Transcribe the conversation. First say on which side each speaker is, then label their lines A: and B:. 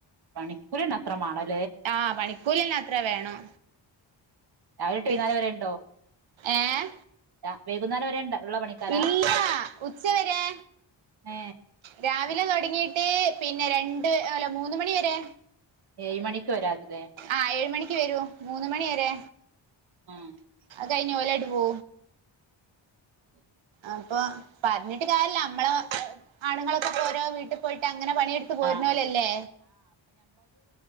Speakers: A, on the right; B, on the right.
A: പണിക്കൂലി ഒന്നും അത്ര <unintelligible>
B: ആ പണിക്കൂലിയെല്ലാം അത്ര വേണം
A: രാവിലെട്ട്
B: പി
A: പതിനാല് വരെ ഉണ്ടോ
B: ഏഹ്
A: ആ വൈകുന്നേരം വരെണ്ട ഉള്ള പണിക്കാരാ
B: ഇല്ല ഉച്ചവരെ
A: ആഹ
B: രാവിലെ തുൊടങ്ങീട്ട് പിന്നെ രണ്ട് അല്ല മൂന്ന മണി വരെ
A: ഏഴ് മണിക്ക് വരാതി
B: ആ ഏഴ മണിക്ക് വരൂ മൂന്ന മണി വരെ
A: ആ
B: കഴിഞ്ഞ ഓലടി പോ
A: ഉം
B: അപ്പൊ പറഞ്ഞിട്ട് കാര്യില്ല നമ്മള് ആണുങ്ങളൊക്കെ പോരോ വീട്ടിൽ പോയിട്ട് അങ്ങനെ പണിയെടുത്ത് പോയിരുന്നലല്ലേ
A: ആ